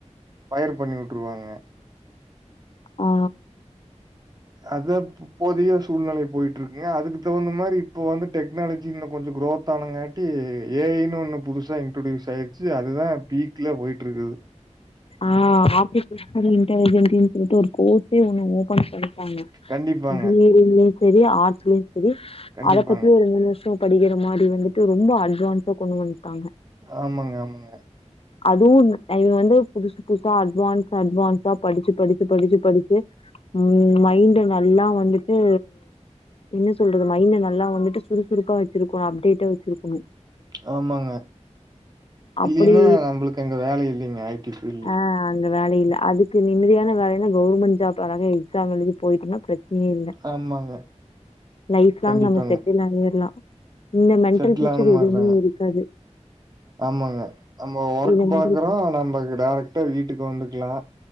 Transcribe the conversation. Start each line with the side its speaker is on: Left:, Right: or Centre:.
Right: ஃபயர் பண்ணி வுட்டுருவாங்க
Left: ஆ
Right: அத ப் இப்போதைய சூழ்நிலை போயிட்டுருக்குங்க அதுக்கு தகுந்த மாரி இப்ப வந்து டெக்னாலஜின்ல கொஞ்சோ குரோத் ஆனங்க ட்டி ஏ ஐ ன்னு ஒன்னு புதுசா இன்ட்ரோடியூஸ் ஆய்டுச்சு அதுதா பீக்ல போய்ட்டுருக்குது
Left: ஆ <unintelligible> தனி இன்டலிஜென்ட்னு சொல்லிட்டு ஒரு கோர்ஸே ஒன்னு ஓபன் பண்ணிட்டாங்க
Right: கண்டிப்பாங்க,
Left: பி எ <unintelligible> செரி ஆர்ட்ஸ்லயு செரி
Right: கண்டிப்பாங்க.
Left: அத பத்தி ஒரு மூணு வருஷோ படிக்கிற மாரி வந்துட்டு ரொம்ப அட்வான்ஸா கொண்டு வந்துட்டாங்க
Right: ஆமாங்க ஆமாங்
Left: அதுவு இ <unintelligible> வந்து புதுசு புதுசா அட்வான்ஸ் அட்வான்ஸா படிச்சு படிச்சு படிச்சு படிச்சு ம் மைண்டு நல்லா வந்துட்டு என்ன சொல்றது மைண்டு நல்லா வந்துட்டு சுறுசுறுப்பா வெச்சிருக்குணு அப்டேட்டா வெச்சிருக்குணு
Right: ஆமாங்க
Left: அப்டி
Right: இல்லீன்னா நம்முளுக்கு அங்க வேல இல்லைங்க ஐ டி ஃபீல்ட்ல
Left: ஆ அங்க வேல இல்ல அதுக்கு நிம்மதியான வேலைனா கவுவர்மெண்ட் ஜாப் அழக எக்ஸாம் எழுதி போயிட்டேனா ப்ரச்சனயே இல்ல
Right: ஆமாங்க,
Left: லைஃப் லாங்
Right: கண்டிப்பாங்க.
Left: நம்ம செட்டில் ஆகிடலா இங்க மென்டல்
Right: செட்டில்
Left: ப்ரஷர்
Right: ஆன மாரிதாங்க.
Left: எதுவுமே இருக்காது
Right: ஆமாங்க நம்ப ஒர்க்
Left: இந்த மென்டல்
Right: பாக்குறோ நம்ப டைரக்டா வீட்டுக்கு வந்துக்கலா